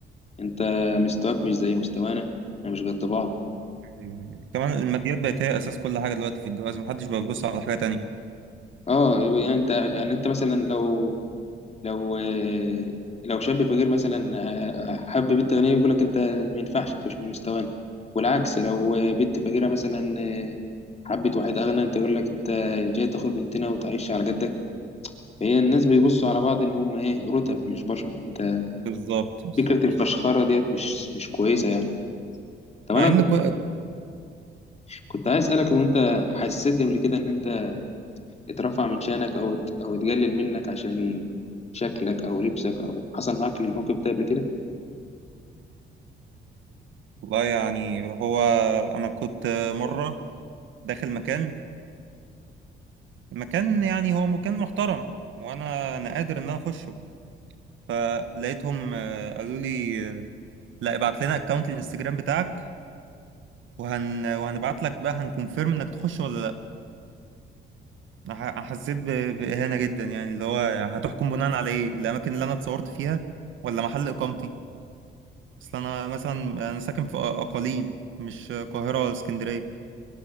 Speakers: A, on the left (about 35°); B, on the right (about 75°).
A: أنت مستواك مش زي مستوانا إحنا مش قد بعض
B: يعني كمان الماديات بقت هي اساس كل حاجة دلوقتي في الجواز محدش بقى بيبص على حاجة تانية
A: اه يعني انت يعني انت مثلا لو لو آه، لو شاب فقير مثلا آه، حب بنت غنيه يقول لك انت ما ينفعش انت مش من مستوانا والعكس لو آه، بنت فقيره مثلا آه، حبت واحد اغنى انت يقول لك انت جاي تاخد بنتنا وتعيش على جدك فهي الناس بيبصوا على بعض ان هم ايه رتب مش بشر انت
B: بالظبط بالظبط
A: فكره الفشخره ديت مش مش كويسه يعني طب
B: مع
A: انا
B: ان
A: كنت
B: كل...
A: كنت عايز اسالك هو انت حسيت قبل كده ان انت اترفع من شأنك أو ات- أو اتقلل منك عشان شكلك أو لبسك أو حصل معاك الموقف ده قبل كده
B: والله يعني هو انا كنت مره داخل مكان مكان يعني هو مكان محترم وانا انا قادر ان انا اخشه فلقيتهم آه، قالوا لي آه، لا ابعت لنا اكونت الانستجرام بتاعك وهن وهنبعت لك بقى هنكونفيرم انك تخش ولا لا أنا ح- حسيت ب- باهانه جدا يعني اللي هو يعني هتحكم بناء على ايه الاماكن اللي انا اتصورت فيها ولا محل اقامتي اصل انا مثلا انا ساكن في أ- اقاليم مش قاهره ولا اسكندريه